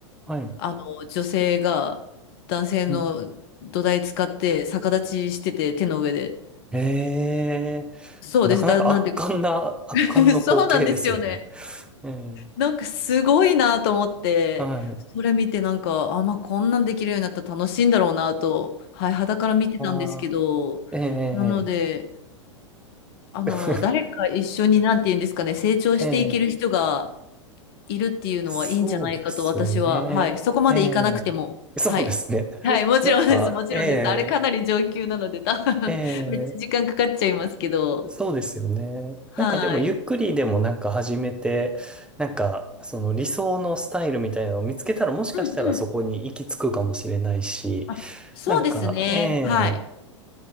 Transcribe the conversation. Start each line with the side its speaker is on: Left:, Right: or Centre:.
Centre: はい。
Left: あの、女性が男性の土台使って逆立ちしてて、
Centre: うん。
Left: 手の上で。
Centre: ええ、
Left: そうです。
Centre: なかなか圧巻な、
Left: だ、なんで、
Centre: 圧巻の光景ですよね。
Left: <laughs> そうなんですよね。
Centre: ええ、
Left: なんかすごいなと思って、
Centre: はい。
Left: それ見てなんか、あ、まあこんなんできるようになったら楽しいんだろうなと、はい、肌から見てたんですけど、
Centre: ああ、ええ、
Left: なので、あの、
Centre: <laughs>
Left: 誰か一緒に、なんて言うんですかね、成長していける人が、
Centre: ええ、
Left: いるっていうのはいいんじゃないかと私は、
Centre: <laughs> そうですね。
Left: はい、そこまでいかなくても、
Centre: ええ、そうですね。
Left: はい。はい、もちろんです、
Centre: なんか、
Left: もちろんです。
Centre: え
Left: あれかなり上級なので、多分
Centre: え、
Left: <laughs> めっちゃ時間かかっちゃいますけど、
Centre: ええそうですよね。
Left: はい。
Centre: なんかでもゆっくりでもなんか始めて、なんかその理想のスタイルみたいなのを見つけたらもしかしたらそこに行き着くかもしれないし、
Left: うんうん。あ、そうですね。
Centre: なんか、ええ
Left: はい。